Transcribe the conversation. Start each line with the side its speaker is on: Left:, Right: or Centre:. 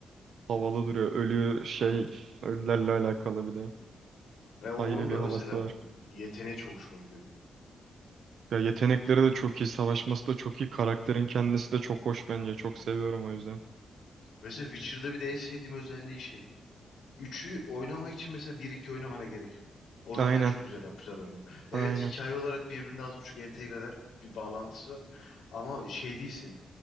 Right: havalı duruyor. Ölü şey,
Left: Hı.
Right: ölülerle alakalı bir de.
Left: Ve onun
Right: Ayrı bir
Left: da
Right: havası
Left: mesela
Right: var.
Left: yeteneği çok hoşuma gidiyor benim.
Right: Ya yetenekleri de çok iyi, savaşması da çok iyi. Karakterin kendisi de çok hoş bence. Çok seviyorum o yüzden.
Left: Mesela Witcher'da bir de en sevdiğim özelliği şey. Üçü oynamak için mesela bir iki oynamana gerek yok. O
Right: Aynen,
Left: yönden çok güzel yapmışlar oyunu. Evet
Right: aynen.
Left: hikaye olarak birbirine az buçuk entegreler. Bir bağlantısı var. Ama şey değilsin.